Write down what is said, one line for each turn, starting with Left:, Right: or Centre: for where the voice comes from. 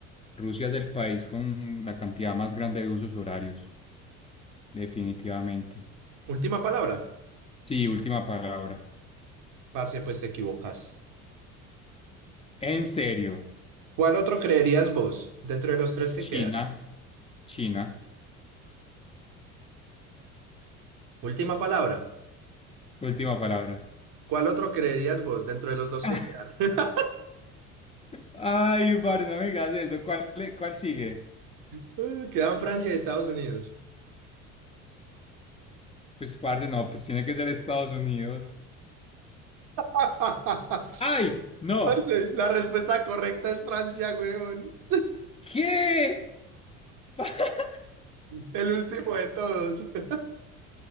Left: Rusia es el país con la cantidad más grande de usos horarios. Definitivamente.
Right: Última palabra.
Left: Sí, última palabra.
Right: Parce, pues te equivocas.
Left: En serio,
Right: ¿Cuál otro creerías vos dentro de los tres que
Left: China,
Right: quedan?
Left: China,
Right: Última palabra.
Left: última palabra.
Right: ¿Cuál otro creerías vos dentro de los dos
Left: <laughs>
Right: que quedan? <laughs>
Left: Ay, parce, no me digas eso. ¿Cuál, le- cuál sigue?
Right: Eh, Quedan Francia y Estados Unidos.
Left: Pues, parce, no, pues tiene que ser Estados Unidos.
Right: <laughs>
Left: ¡Ay! ¡No!
Right: Parce, la respuesta correcta es Francia, weón.
Left: ¿Qué? <laughs>
Right: El último de todos. <laughs>